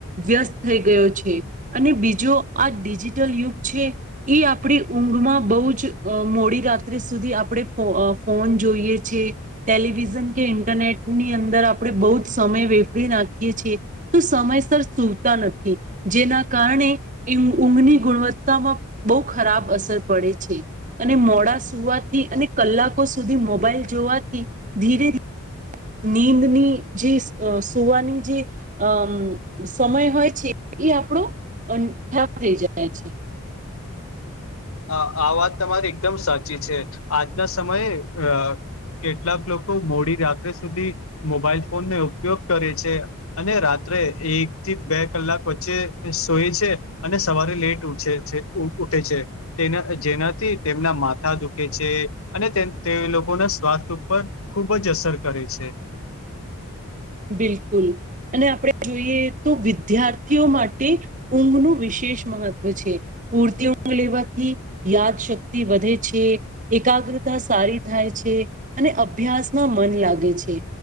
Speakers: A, on the right (about 35°); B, on the left (about 75°).
A: વ્યસ્ત થઈ ગયો છે, અને બીજો આ ડિજિટલ યુગ છે, એ આપડી ઊંઘમાં બહ જ મોડી રાત્રે સુધી આપણે ફોન જોઈએ છે. ટેલિવિઝન કે ઇન્ટરનેટની અંદર આપણે બહુ જ સમય વેફરી નાખીએ છીએ તો સમય તા નથી જેના કારણે ઊંઘની ગુણવત્તામાં બહુ ખરાબ અસર પડે છે, અને મોડા સુવાથી અને કલાકો સુધી મોબાઈલ જોવાથી ધીરે ધી નીંદની જે અ સુવાની જે અમ સમય હોય છે. એ આપણો અંઠાર થઈ જાય છે.
B: અ આ વાત તમારી એકદમ સાચી છે, આજના સમયે અ કેટલાક લોકો મોડી રાત્રે સુધી મોબાઈલ ફોનને ઉપયોગ કરે છે, અને ત્રે એક થી બે કલાક વચ્ચે સોય છે, અને સવારે લેટ ઉઠે છે. ઉટે છે. તેના જેનાથી તેમના માથા દુખે છે, અને તે લોકોના સ્વાસ્થ ઉપર ખૂબ જ અસર કરે છે.
A: બિલકુલ અને આપણે જોઈએ તો વિદ્યાર્થીઓ માટે ઊંઘનું વિશે શેષ મહત્વ છે, પૂરતિ ઉ લેવાથી યાદ શક્તિ વધે છે એકા ગ્રતા સારી થાય છે, અને અભ્યાસમાં મન લાગે છે,